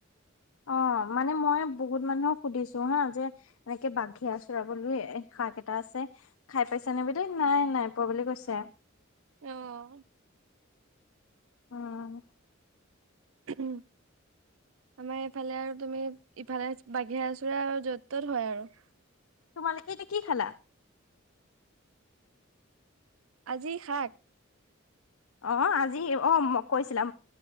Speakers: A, on the left; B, on the right.
A: অ', মানে মই বহুত মানুহক সুধিছোঁ হা যে এনেকে বাঘে আঁচোৰা বোলৈ এ শাক এটা আছে। খাই পাইছা নে? বুলি নাই নাই পোৱা বুলি কৈছে।
B: অ',
A: উম',
B: উম', আমাৰ ইফালে আৰু তুমি ইফালে বাঘে আঁচোৰা আৰু য'তেই ত'তেই হয় আৰু
A: তোমালোকে এতিয়া কি খালা?
B: আজি শাক।
A: অ', আজি অ, মই কৈছিলা।